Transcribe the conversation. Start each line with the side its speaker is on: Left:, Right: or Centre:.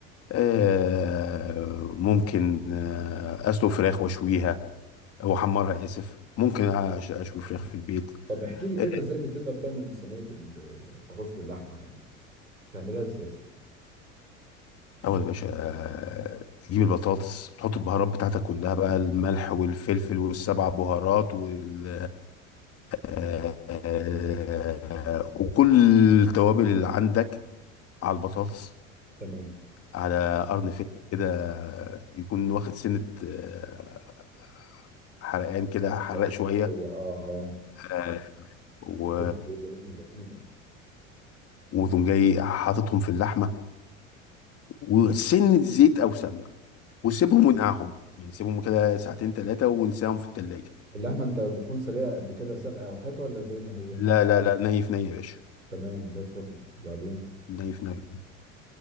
Left: آه، ممكن آه، اسلق فراخ واشويها او احمرها اسف ممكن أش- اشوي فراخ في البيت
Right: طب احكي لي كده
Left: آه،
Right: ازاي بتقدر تعمل صينية ال- البطاطس باللحمة يعني بتعملها ازاي
Left: اول يا باشا آه، تجيب البطاطس تحط البهارات بتاعتك كلها بقى الملح والفلفل والسبع بهارات وال آه، آه، وكل التوابل اللي عندك على البطاطس
Right: تمام
Left: على قرن فيلم كده يكون واخد سنة آه، حرقان كده حرق
Right: بس
Left: شوية
Right: هي اه اه
Left: آه، و
Right: فلفل ايه ده نكهة جميلة
Left: وتقوم جاي حاططهم في اللحمة وسنة زيت أو سمنة وسيبهم ونقعهم يعني سيبهم كده ساعتين ثلاثة ونسيهم في التلاجة
Right: اللحمة انت بتكون سلقة قبل كده سلقة او حاجة ولا زي ما هي
Left: لا لا لا ني في ني يا باشا
Right: تمام زي الفل وبعدين
Left: ني في ني